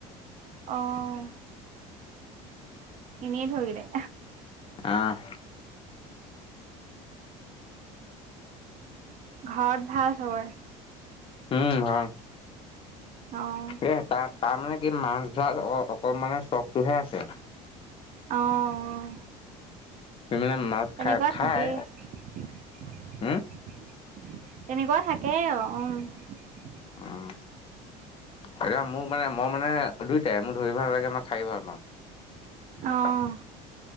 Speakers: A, on the right; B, on the left.
A: অ', এনেই ধৰিলে
B: আহঁ
A: ঘৰত ভাল চবৰে?
B: উম ভাল
A: অ',
B: এ তাৰ তাৰমানানে কি মাছ ধৰ অঁ অকমানানে চখটোহে আছে
A: অঁ
B: সি মানে
A: তেনেকুৱা
B: মাছ খাই খাই
A: থাকেই তেনেকুৱা
B: উম
A: থাকেই আৰু উ
B: উম এতিয়া মোৰ মানে মই মানে দুইটাই মোৰ ধৰি ভাল লাগে মই খাই ভাল পাওঁ
A: অ',